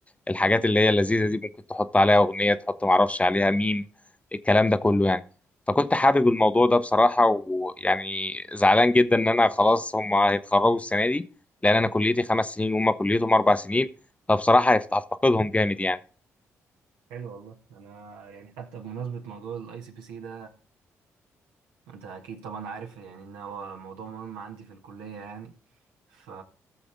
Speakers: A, on the left; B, on the right.
A: الحاجات اللي هي اللذيذة دي ممكن تحط عليها أغنية تحط معرفش عليها ميم الكلام ده كله يعني فكنت حابب الموضوع ده بصراحة ويعني زعلان جدا إن أنا خلاص هم هيتخرجوا السنة دي لأن أنا كليتي خمس سنين وهم كليتهم أربع سنين فبصراحة هفت- هفتقدهم جامد يعني
B: حلو والله انا يعني حتى بمناسبة موضوع الاي سي بي سي ده انت اكيد طبعا عارف يعني ان هو موضوع مهم عندي في الكلية يعني ف